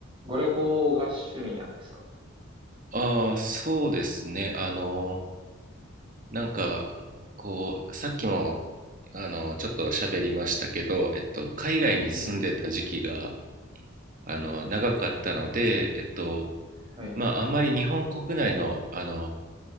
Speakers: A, on the right (about 25°); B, on the right (about 40°).
A: ご旅行が趣味なんですか
B: ああ、そうですね。あの、なんか、こう、さっきも、あの、ちょっと喋りましたけど、えっと、海外に住んでた時期が、
A: うん。
B: あの、長かったので、えっと、
A: はい。
B: まあ、あんまり日本国内の、あの、